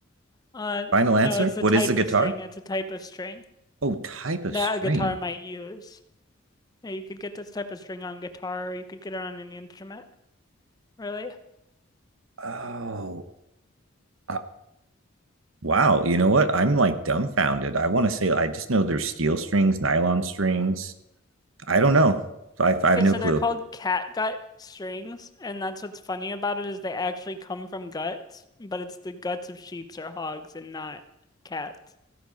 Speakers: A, on the left; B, on the right.
A: Uh
B: Final
A: no,
B: answer.
A: it's a
B: What
A: type
B: is the guitar?
A: of string. It's a type of string
B: Oh, type of
A: that
B: string.
A: a guitar might use. Yeah, you could get this type of string on guitar or you could get it on any instrument, really.
B: Oh, uh, Wow, you know what? I'm like dumbfounded. I want to say I just know there's steel strings, nylon strings. I don't know. So, I I have
A: Okay,
B: no
A: so
B: clue.
A: they're called cat gut strings, and that's what's funny about it is they actually come from guts, but it's the guts of sheep or hogs and not cats.